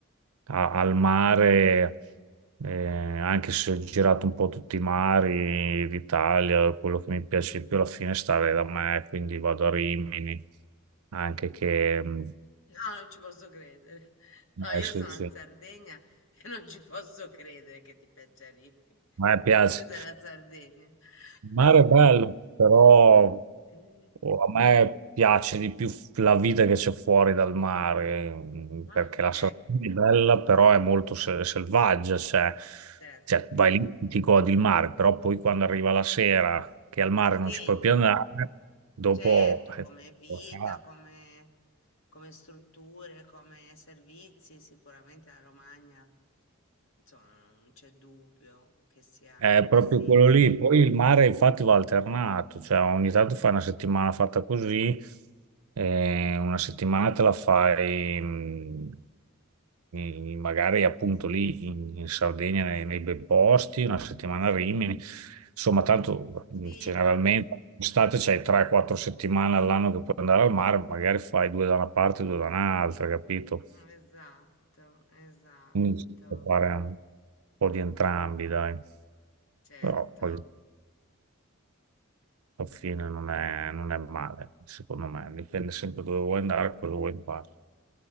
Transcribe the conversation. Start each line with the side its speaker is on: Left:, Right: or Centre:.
Right: a- al mare, eh, anche se ho girato un po' tutti i mari d'Italia, quello che mi piace di più alla fine è stare da me, quindi vado a Rimini, anche che... mh,
Left: No, non ci posso credere. <laughs> No, io
Right: eh, sì,
Left: sono
Right: sì.
Left: in Sardegna <laughs> e non ci posso credere che ti piaccia lì <laughs>
Right: A me piace.
Left: più della Sardegna.
Right: Il mare
Left: <laughs>
Right: è bello, però
Left: Mm,
Right: oh, a me piace di più la vita che c'è fuori dal mare, mm,
Left: Ah,
Right: perché
Left: ok,
Right: la Sardegna è bella, però è molto se- selvaggia, cioè,
Left: certo.
Right: cioè, vai lì, ti godi il mare, però poi quando arriva la sera che al mare
Left: Sì.
Right: non ci puoi più andare, dopo...
Left: Certo, come
Right: eh,
Left: vita,
Right: cosa fai?
Left: come, come strutture, come servizi, sicuramente la Romagna, insomma, non c'è dubbio che sia,
Right: È proprio
Left: sì,
Right: quello lì. Poi il mare infatti va alternato, cioè ogni tanto fai una settimana fatta così, e una settimana te la fai mh, in- magari appunto lì in, in Sardegna, nei, nei bei posti, una settimana a Rimini. Insomma, tanto mh,
Left: sì,
Right: generalmente estate c'hai 3-4 settimane all'anno che puoi andare al mare, magari fai due da una parte e due da un'altra, capito?
Left: mm, esatto, esatto,
Right: Quindi si può fare un po' di entrambi, dai.
Left: certo,
Right: Però poi alla fine non è, non è male, secondo me. Dipende sempre dove vuoi andare, cosa vuoi fare.